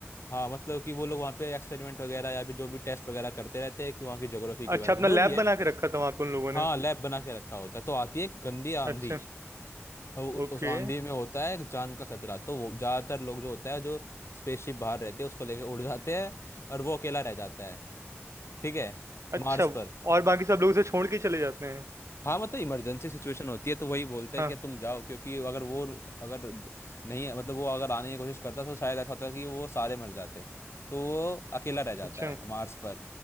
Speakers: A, on the left; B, on the right.
A: हाँ मतलब कि वो लोग वहाँ पे एक्सपेरिमेंट वगैरह या भी जो भी टेस्ट वगैरह करते रहते हैं कि वहाँ की ज्योग्राफी के
B: अच्छा
A: बारे
B: अपना
A: में जो
B: लैब
A: भी है
B: बना के रखा था वहां पे उन लोगों
A: हाँ
B: ने
A: लैब बना के रखा होता है तो आती है गंदी आंधी
B: अच्छा
A: और उ-
B: ओके
A: उस आंधी में होता है जान का खतरा तो वो ज्यादातर लोग जो होता है जो स्पेसशिप बाहर रहते हैं उसको लेके उड़ जाते हैं और वो अकेला रह जाता है ठीक है
B: अच्छा
A: मार्स पर
B: और बाकी सब लोग उसे छोड़ के चले जाते हैं
A: हाँ मतलब इमरजेंसी सिचुएशन होती है तो वही बोलते हैं
B: हाँ
A: कि तुम जाओ क्योंकि अगर वो अगर नहीं मतलब वो अगर आने की कोशिश करता तो शायद ऐसा होता कि वो सारे मर जाते तो वो अकेला रह जाता
B: अच्छा
A: है मार्स पर